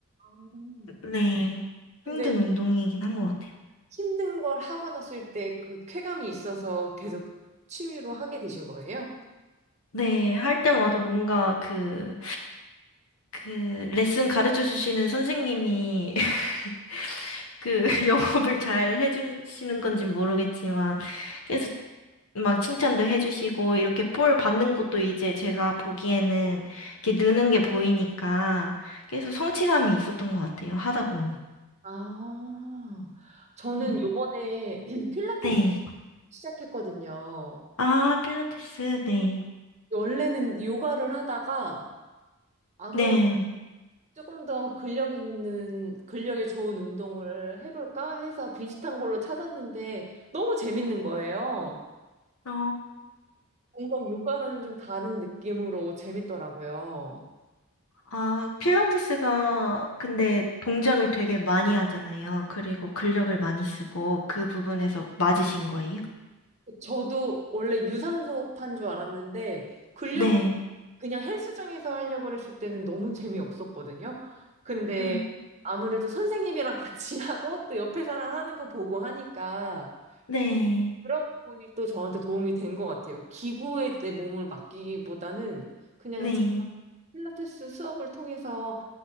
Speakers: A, on the right; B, on the left.
A: 음.
B: 네.
A: 근데
B: 힘든 운동이긴 한 것 같아요.
A: 힘든 걸 하고 났을 때 그 쾌감이 있어서 계속 취미로 하게 되신 거예요?
B: 네, 할 때마다 뭔가 그, 그, 레슨 가르쳐 주시는 선생님이 <laughs> 그 <laughs> 영업을 잘 해주시는 건지 모르겠지만 계속 막 칭찬도 해주시고 이렇게 볼 받는 것도 이제 제가 보기에는 이렇게 느는 게 보이니까 계속 성취감이 있었던 것 같아요. 하다 보니.
A: 아, 저는
B: 음.
A: 요번에 <clears throat> 필라테스
B: 네.
A: 시작했거든요.
B: 아, 필라테스, 네.
A: 원래는 요가를 하다가 아무래도
B: 네.
A: 조금 더 근력 있는, 근력에 좋은 운동을 해볼까 해서 비슷한 걸로 찾았는데 너무 재밌는 거예요.
B: 어,
A: 뭔가 요가라는 좀 다른 느낌으로 재밌더라고요.
B: 아, 필라테스가 근데 동작을 되게 많이 하잖아요. 그리고 근력을 많이 쓰고 그 부분에서 맞으신 거예요?
A: 저도 원래 유산소판 줄 알았는데 근력을
B: 네.
A: 그냥 헬스장에서 하려고 했을 때는 너무 재미없었거든요. 근데
B: 음,
A: 아무래도 선생님이랑 같이 <laughs> 하고 또 옆에 사람 하는 거 보고 하니까
B: 네.
A: 그런 부분이 또 저한테 도움이 된 것 같아요. 기구에 내 몸을 맡기기보다는 그냥
B: 네.
A: 제가 필라테스 수업을 통해서